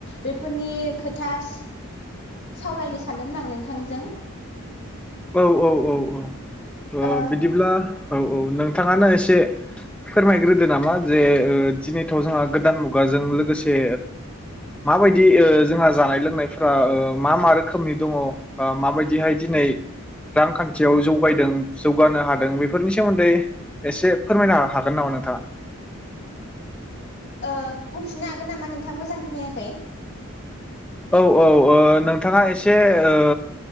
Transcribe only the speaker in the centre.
औ औ औ औ। थ'
बिदिब्ला औ औ नोंथाङानो एसे फोरमायग्रोदो नामा जे दिनैथ' जोंहा गोदान मुगाजों लोगोसे माबायदि ओ जोंहा जानाय लोंनायफोरा ओ मा मा रोखोमनि दङ बा माबायदिहाय दिनै रांखान्थि याव जौगायदों जौ जौगानो हादों बेफोरनि सोमोन्दै एसे फोरमायनो हा हागोन नामा नोंथाङा
औ औ ओ नोंथाङा एसे ओ